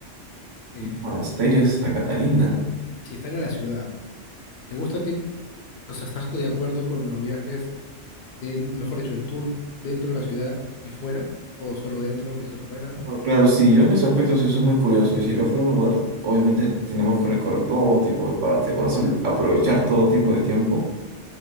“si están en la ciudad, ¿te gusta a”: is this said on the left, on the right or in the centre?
Left